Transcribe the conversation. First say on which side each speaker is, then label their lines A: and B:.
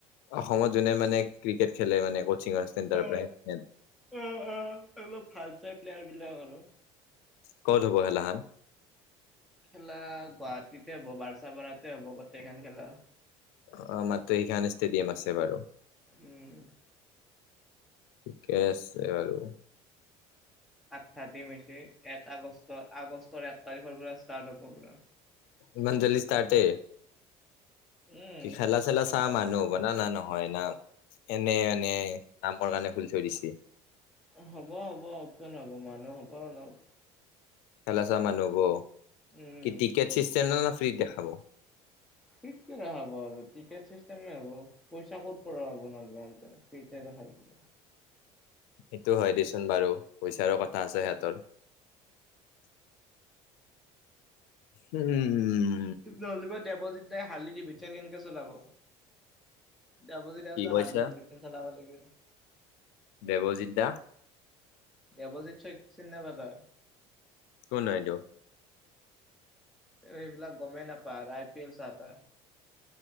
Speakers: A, on the left (about 85°); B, in the centre.
A: অসমত যোনে মানে ক্ৰিকেট খেলে মানে কচিঙৰ চেণ্টাৰ
B: আহ-আহ-আহ।
A: পৰাই
B: অলপ ভাল চাই প্লেয়াৰ বিলাক আৰু।
A: ক'ত হ'ব খেলাখান?
B: খেলা গুৱাহাটীতে হ'ব। বাৰছাপাৰাতে হ'ব গোটেই খান খেলা।
A: অ আমাৰ তিনি খন ষ্টেডিয়াম আছে বাৰু।
B: উম।
A: ঠিকে আছে বাৰু।
B: আঠটা দিম হৈছে এক আগষ্ট আগষ্টৰ এক তাৰিখৰ পৰা ষ্টাৰ্ট হ'ব প্ৰগ্ৰাম।
A: ইমান জলদি ষ্টাৰ্টে
B: উম
A: কি খালা চালা চাহ মানুহ। বনালা নহয় না এনে মানে নামৰ কাৰণে খুলি থৈ দিছে।
B: হ'ব হ'ব অপেন হ'ব মানুহ হ'ব অলপ।
A: ঠেলা সেচা মানুহ হ'ব
B: উম।
A: কি টিকেট চিষ্টেম না নে ফ্ৰীত দেখাব।
B: ফ্ৰীত কিয় দেখাব আৰু টিকেট চিষ্টেমে হ'ব পইচা ক'ত পৰা হব তেন্তে ফ্ৰীতে দেখাই দিলে
A: সেইটো হয় দিয়াচোন বাৰু পইচাৰো কথা আছে সিহঁতৰ। উম উম উম।
B: নলিব দেৱজিত দাই হালি দিবিচন কেনেকে চলাব। ডাবজ দিয়ত
A: কি কৈছা
B: হাৰ্লিক বি্চন চলাব লাগিব।
A: দেৱজিত দা
B: দেৱজিৎ চৈক্‌ -চিনি নাপাৱ তই?
A: কোন হ'য় এইটো?
B: তই সেইবিলাক গমেই নাপাৱ। আই পি এল চাৰ্ত হ'য়।